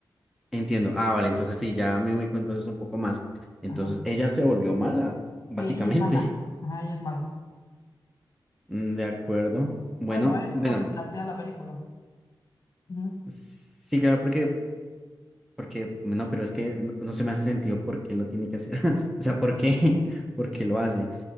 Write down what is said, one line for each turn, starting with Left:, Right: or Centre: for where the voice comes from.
Centre: entiendo. Ah, vale, entonces sí, ya me ubico entonces un poco más. Entonces
Left: Ajá.
Centre: ella se volvió mala,
Left: Sí,
Centre: básicamente.
Left: ella es mala.
Centre: <laughs>
Left: Ajá, ella es mala.
Centre: Mm, De acuerdo. Bueno,
Left: Bueno, eso
Centre: bueno,
Left: es lo que plantea la película. Ujú.
Centre: sí, claro, porque, porque, no, pero es que no, no se me hace sentido por qué lo tiene que hacer. <laughs> O sea, ¿por qué? <laughs> ¿Por qué lo hace?